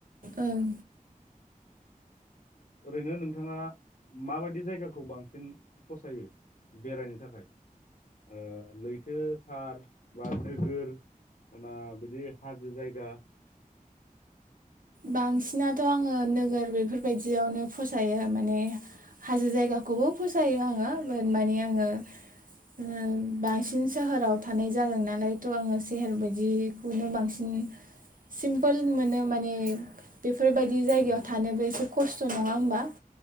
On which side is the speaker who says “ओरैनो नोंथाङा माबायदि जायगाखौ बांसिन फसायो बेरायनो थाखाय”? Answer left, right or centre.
Left